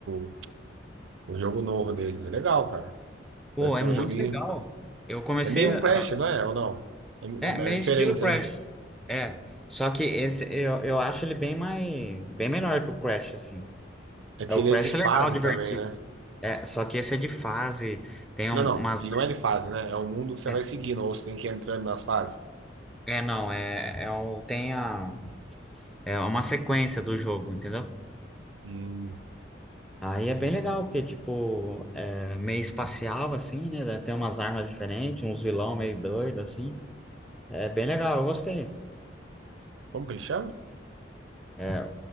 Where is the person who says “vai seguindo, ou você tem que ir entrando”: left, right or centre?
Right